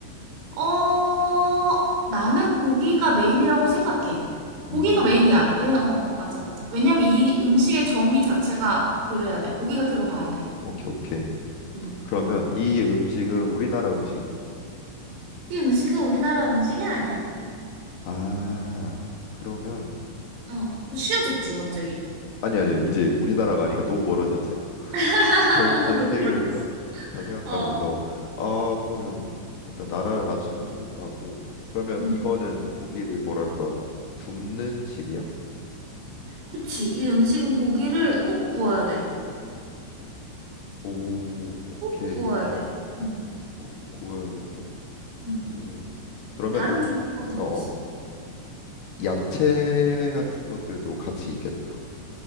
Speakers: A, on the right; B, on the left.
A: 어, 나는 고기가 메인이라고 생각해. 고기가
B: 음,
A: 그래. 메인이야. 왜, 어, 맞아, 맞아. 왜냐면 이 음식의 정의 자체가 그래야 돼. 고기가 들어가야 돼.
B: 오케이, 오케이.
A: 응.
B: 그러면 이 음식은 우리나라 음식인가요?
A: 이 음식은 우리나라 음식이 아니야.
B: 아, 그러면
A: 어, 너 쉬워졌지, 갑자기.
B: 아니 아니야. 이제 우리나라가 아니니까 너무 멀어졌잖아. <laughs>
A: <laughs>
B: 전 전
A: 너무
B: 세계를
A: 멀었어.
B: 딱 다 생각하면서
A: 어.
B: 아, 그러면 일단 나라를 맞추는 건 좀 있다 하고. 그러면
A: 응.
B: 이거는 고기를 뭐랄까 굽는 식이야?
A: 그치. 이 음식은 고기를 꼭 구워야 돼.
B: 오, 오케이.
A: 꼭 구워야 돼.
B: 어,
A: 응,
B: 구- 구워야 되고
A: 응.
B: 또 그러면
A: 다른 조리법은
B: 어,
A: 없어.
B: 어. 야채 같은 것들도 같이 있겠다.